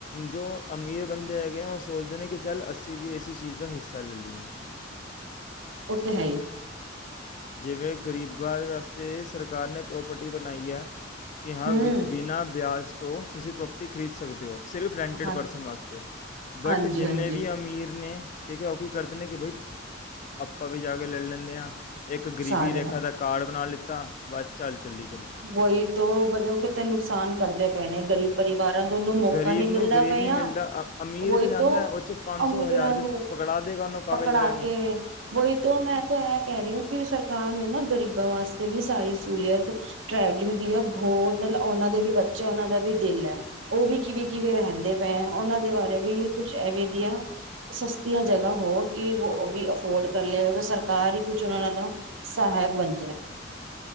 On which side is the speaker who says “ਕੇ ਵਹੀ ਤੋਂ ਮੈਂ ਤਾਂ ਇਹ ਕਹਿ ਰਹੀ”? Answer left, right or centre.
Right